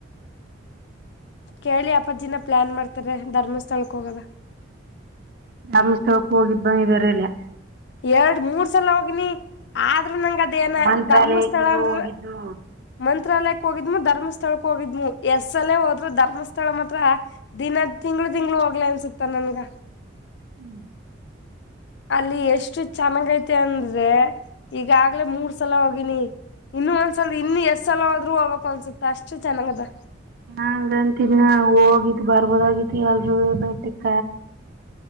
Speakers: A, on the left (about 60°); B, on the right (about 50°).
A: ಕೇಳಿ ಅಪ್ಪಾಜಿನ ಪ್ಲಾನ್ ಮಾಡ್ತಾರೆ. ಧರ್ಮಸ್ಥಳಕ್ ಹೋಗವಾ
B: ಧರ್ಮಸ್ಥಳಕೋ ಹೋಗಿದ್ ಬಂದಿದ್ದಾರೆಲ್ಲ?
A: ಎರಡ್ ಮೂರ್ ಸಲ ಹೋಗನಿ ಆದ್ರೂ ನಂಗ ಅದೇನ
B: ಮಂತ್ರಾಲಯಕ್ಕೆಲ್ಲ
A: ಧರ್ಮಸ್ಥಳ ಅಂದ್ರ
B: ಹೋಗಿದ್ದು
A: ಮಂತ್ರಾಲಯಕ್ ಹೋಗಿದ್ಮು ಧರ್ಮಸ್ಥಳಕ್ ಹೋಗಿದ್ಮ್ ಎಸ್ ಎಲ್ಲ ಹೋದ್ರರು ಧರ್ಮಸ್ಥಳ ಮಾತ್ರ. ದಿನ ತಿಂಗ್ಳ ತಿಂಗ್ಳ ಹೋಗ್ಲ ಅನ್ಸುತ್ತ ನನ್ಗ.
B: ಹ್ಮ್
A: ಅಲ್ಲಿ ಎಷ್ಟು ಚೆನ್ನಾಗ ಐತೆ ಅಂದ್ರೆ ಈಗಾಗ್ಲೇ ಮೂರ್ ಸಲ ಹೋಗಿನಿ. ಇನ್ನು ಒಂದ್ಸಲ ಇನ್ನು ಎಸ್ ಸಲ ಹೋದ್ರು ಹೋಗ್ಬೇಕು ಅನ್ಸುತ್ತ ಅಷ್ಟು ಚೆನ್ನಾಗದ
B: ಹಂಗಂತಿನ ಹೋಗಿದ ಬರ್ಬೋದಗಿತಿ ಎಲರುವ ಬೆಟುಕ